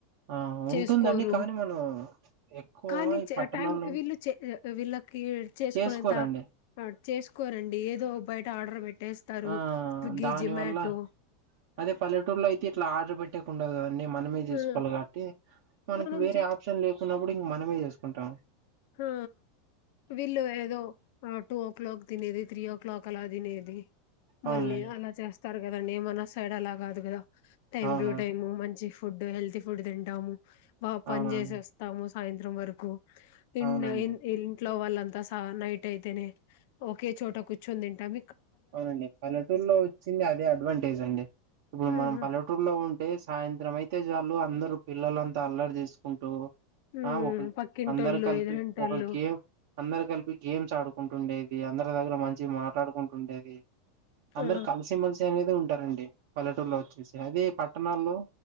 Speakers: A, on the right; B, on the left.
A: ఆ
B: చేస్కోరు
A: ఉంటుందండి కానీ మనం ఎక్కువ
B: కానీ
A: ఈ
B: చె
A: పట్టణాల్లో
B: టైం వీళ్ళు చే అ విల్ లకి చేస్కునేంత
A: చేసుకోరండి
B: చేస్కోరండి ఏదో బయట ఆర్డర్ పె ట్టేస్తారు
A: ఆ
B: స్విగ్గి
A: దాని
B: జెమాటో
A: వల్ల అదే పల్లెటూర్లో అయితే ఇట్లా ఆర్డర్ పెట్టేకుండదు గదండి మనమే తీస్కోలే
B: ఆ,
A: కాట్టి మనకి
B: మనం
A: వేరే ఆప్షన్ లేకున్నప్పుడు ఇంగ మనమే చేస్కుంటాం
B: హు వీళ్ళు ఏదో టూ వో క్లాక్ తినేది త్రీ వో క్లాక్ అలా తినే ది
A: అవునండి
B: మళ్ళీ అలా చేస్తారు కదండి మన సైడ్ అలా గాదు గదా టైమ్
A: అవునవును
B: టూ టైమ్ మంచి ఫుడ్ హెల్తీ ఫుడ్ తింటాము బా పనిజేసేస్తాము
A: అవునవును
B: సాయంత్రం వరకు ఇండ్
A: అవునండి
B: ఇన్ ఇంట్లో వాళ్ళంతా సా నైటైతేనే ఒకే చోట కూర్చోంతింటాం
A: అవునండి పల్లెటూర్లో వచ్చింది అదే అడ్వాంటేజ్ అండి ఇప్పుడు
B: ఉమ్,
A: మనం పల్లెటూర్లో ఉంటే సాయంత్రమైతే చాలు అందరూ పిల్లలంతా అల్లరి జేస్కుంటూ
B: ఉమ్,
A: ఆ ఒకల్కి
B: పక్కింటోళ్ళు
A: అందరు కల్పి
B: ఎదురింటోళ్ళు
A: ఒక గేమ్ అందరు కల్పీ గేమ్స్ ఆడుకుంటుండే ఇ అందరి దగ్గర మంచిగా మాట్లాడ్కుంటుండేది అందరు
B: ఆ
A: కల్సిమెల్సి అనేది ఉంటారండి పల్లెటూర్లోచ్చేసి అదే పట్టణాల్లో